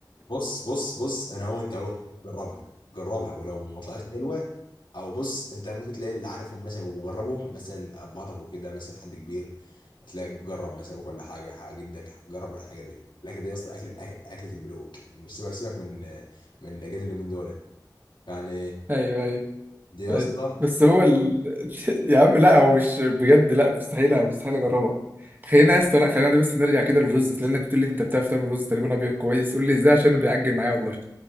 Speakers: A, on the left (about 80°); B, on the right (about 25°).
A: بص بص بص انا هو انت اهو جربها جربها ولو ما طلعتش حلوه او بص انت ممكن تلاقي اللي عارفهم مثلا وجربهم مثلا ابهاتك وكده مثلا حد كبير هتلاقي جرب مثلا ابوك ولا حاجه حق جدك جرب الحاجه دي الاكله دي اصلا اكل أك- اكله الملوك مش سيبك سيبك من من الاجيال اليومين دول يعني
B: <laughs> ايوه ايوه
A: دي يا
B: طيب
A: اسطى
B: بس هو ال... <laughs> يا عم لا هو مش بجد لا مستحيل مستحيل اجربها خلينا يا اسطى لا خلينا بس نرجع كده للرز لانك بتقول لي انت بتعرف تعمل رز تقريبا ابيض كويس قول لي ازاي عشان أنا بيعجل معايا والله